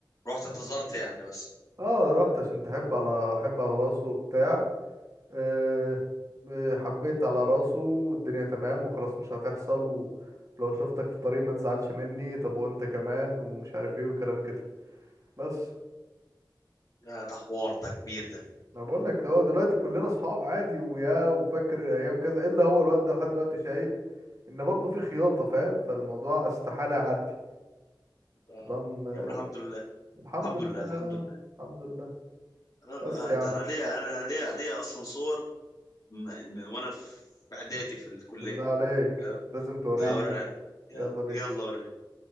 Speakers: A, on the left; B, on the right.
A: رحت انتظرت يعني بس
B: اه رحت عشان تحب على احب على راسه وبتاع أه آه، حبيت على راسه والدنيا تمام وخلاص مش هتحصل ولو شفتك في طريق ما تزعلش مني طب وانت كمان ومش عارف ايه وكلام كده بس
A: لا ده حوار ده كبير ده
B: انا بقول لك اه دلوقتي كلنا اصحاب عادي ويا وفاكر ايام كذا الا هو الواد ده لحد دلوقتي شايل ان برضه في خياطة فاهم فالموضوع استحالة يعدي
A: اه
B: طالما
A: يا عم الحمد لله
B: الحمد
A: الحمد
B: لله
A: لله الحمد لله
B: الحمد لله
A: انا
B: بس يا
A: أنت-
B: عم
A: أنا ليا انا ليا ليا اصلا صور م- م- وانا في اعدادي في الكليه
B: بالله عليك
A: آه،
B: لازم توريني
A: تعال اوريها
B: يا عم
A: لك.
B: يلا بينا
A: يلا اوريك